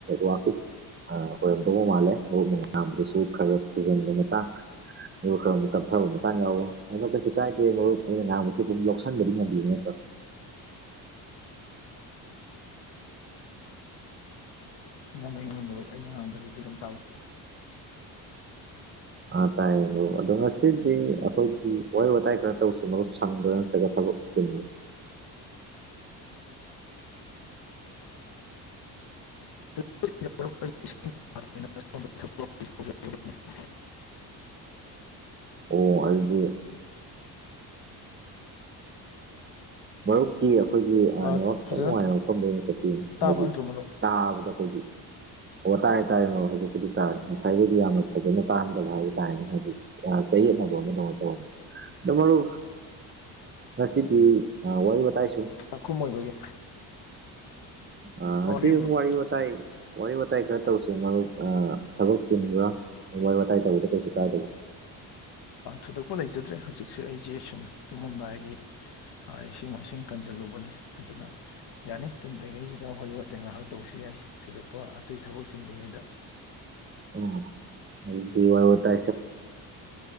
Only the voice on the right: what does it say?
ꯋꯥ ꯑꯣꯏꯔꯝꯗꯧꯕ ꯃꯥꯜꯂꯦ ꯃꯔꯨꯞ ꯃꯥꯡꯕꯗꯨꯁꯨ ꯈꯔ ꯊꯨꯖꯤꯟꯕ ꯃꯇꯥꯡ ꯑꯗꯨꯒ ꯈꯔꯛ ꯇꯞꯊꯕ ꯃꯇꯥꯡ ꯌꯥꯎꯋꯦ ꯑꯗ ꯀꯩꯁꯨ ꯀꯥꯏꯗꯦ ꯃꯔꯨꯞ ꯑꯩꯅ ꯉꯥꯡꯕꯁꯤ ꯑꯗꯨꯝ ꯌꯥꯎꯁꯟꯕꯗꯤ ꯉꯝꯕꯤꯕ ꯅꯠꯇ꯭ꯔꯣ <inaudible>
ꯑꯥ ꯇꯥꯏꯌꯦ ꯑꯗꯨ ꯑꯗꯣ ꯉꯁꯤꯗꯤ ꯑꯩꯈꯣꯏꯒꯤ ꯋꯥꯔꯤ ꯋꯥꯇꯥꯏ ꯈꯔ ꯇꯧꯁꯨ ꯃꯔꯨꯞ ꯁꯪꯕ ꯀꯕꯨꯅꯤ
ꯑꯣ ꯑꯗꯨꯗꯤ ꯃꯔꯔꯨꯞ ꯀ ꯑꯩꯈꯣꯏꯒꯤ ꯈꯤꯇꯪ
ꯅꯨꯡꯉꯥꯏ ꯃꯐꯝꯗꯩꯅ
ꯍꯥꯏꯗꯤ
ꯇꯥꯕꯗ ꯑꯩꯈꯣꯏꯒꯤ ꯑꯣ ꯋꯥ ꯇꯥꯏ ꯇꯥꯔꯦ ꯃꯕꯛꯄꯨꯗꯤ ꯇꯥꯔꯦ ꯉꯁꯥꯏꯒꯤꯗꯤ ꯌꯥꯝꯅ ꯐꯖꯅ ꯄꯥꯔꯝꯗꯕ ꯍꯥꯏꯕ ꯇꯥꯔꯅꯦ ꯍꯥꯏꯗꯤ ꯉꯥꯏꯅ ꯇꯧ ꯑꯗꯨꯗꯣ ꯃꯔꯨ ꯉꯁꯤꯗꯤ ꯑ ꯋꯥꯣꯏ ꯑꯇꯥꯏꯁꯨ
ꯑ
ꯑꯁꯤ
ꯋꯥꯏ ꯋꯥꯇꯥꯥꯏ ꯋꯥꯔꯤ ꯋꯥꯇꯥꯏ ꯈꯔ ꯇꯧꯁꯤ ꯃꯔꯨꯞ ꯊꯕꯛ ꯆꯤꯟꯕ꯭ꯔꯥ ꯋꯥꯔꯤ ꯋꯥꯇꯥꯏ ꯇꯧꯕꯗ ꯀꯩꯁꯨ ꯀꯥꯗꯒꯦ <inaudible>
<inaudible>
<unintelligible> ꯎꯝꯕꯠꯇꯥ